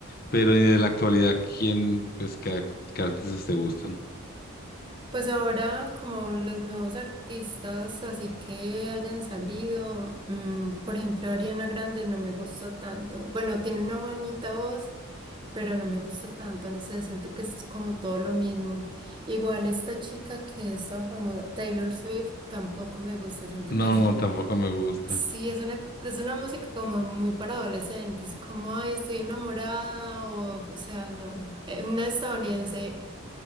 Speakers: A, on the left (about 45°); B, on the right (about 20°).
A: pero en la actualidad, ¿quién, pues, qué, act- qué artistas te gustan?
B: Pues ahora, como los nuevos artistas, así que hayan salido, mm, por ejemplo, Ariana Grande no me gusta tanto. Bueno, tiene una bonita voz, pero no me gusta tanto, no sé, siento que es como todo lo mismo. Igual esta chica que es tan famosa, Taylor Swift, tampoco me gusta, siento
A: No,
B: que es,
A: tampoco me gusta,
B: sí, es una, es una música como muy para adolescentes, como, ay, estoy enamorada, o, o sea, no, Eh, una estadounidense